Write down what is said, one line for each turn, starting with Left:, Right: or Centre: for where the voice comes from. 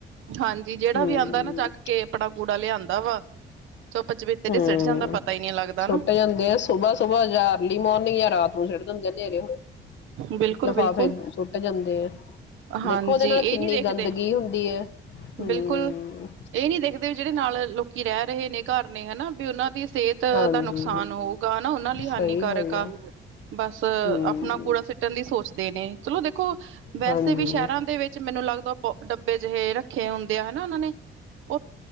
Right: ਹਾਂਜੀ ਜਿਹੜਾ
Left: ਹਮ
Right: ਵੀ ਆਉਂਦਾ ਨਾ ਚੱਕ ਕੇ ਆਪਣਾ ਕੂੜਾ ਲਿਆਂਦਾ ਵਾ ਚੁੱਪ ਚਪੀਤੇ ਤੇ
Left: ਹਮ
Right: ਸਿੱਟ ਜਾਂਦਾ ਪਤਾ ਹੀ ਨਹੀਂ ਲੱਗਦਾ
Left: ਸੁੱਟ
Right: ਨਾ
Left: ਜਾਂਦੇ ਆ ਸੁਬਾਹ ਸੁਬਾਹ ਜਾਂ ਅਰਲੀ ਮੋਰਨਿੰਗ ਜਾਂ ਰਾਤ ਨੂੰ ਸਿੱਟ ਦਿੰਦੇ ਆ ਹਨੇਰੇ ਹੋਏ
Right: ਬਿਲਕੁਲ
Left: ਲਿਫਾਫੇ
Right: ਬਿਲਕੁਲ
Left: ਕੱਟ ਜਾਂਦੇ ਆ
Right: ਹਾਂਜੀ
Left: ਦੇਖੋ ਉਹਦੇ ਨਾਲ
Right: ਇਹ
Left: ਕਿੰਨੀ
Right: ਨੀ ਦੇਖਦੇ
Left: ਗੰਦਗੀ ਹੁੰਦੀ ਹੈ ਹਮ
Right: ਬਿਲਕੁਲ ਇਹ ਨਹੀਂ ਦੇਖਦੇ ਵੀ ਜਿਹੜੇ ਨਾਲ ਲੋਕੀ ਰਹਿ ਰਹੇ ਨੇ ਘਰ ਨੇ ਹਨਾ ਵੀ ਉਹਨਾਂ ਦੀ ਸਿਹਤ
Left: ਹਾਂਜੀ
Right: ਦਾ ਨੁਕਸਾਨ ਹੋਊਗਾ ਹਨਾ ਉਹਨਾਂ ਲਈ ਹਾਨੀਕਾਰਕ
Left: ਸਹੀ ਗੱਲ
Right: ਆ
Left: ਹੈ
Right: ਬਸ ਆਪਣਾ
Left: ਹਮ
Right: ਕੂੜਾ ਸਿੱਟਣ ਦੀ ਸੋਚ ਨੇ ਚਲੋ ਦੇਖੋ ਕੋ ਵੈਸੇ
Left: ਹਾਂਜੀ
Right: ਕਿਸੇ ਵੀ ਸ਼ਹਿਰਾਂ ਦੇ ਵਿੱਚ ਮੈਨੂੰ ਲੱਗਦਾ ਬ ਡੱਬੇ ਜਿਹੇ ਰ ਪਖੇ ਹੁੰਦੇ ਆ ਹਨਾ ਉਹਨਾਂ ਨੇ ਉ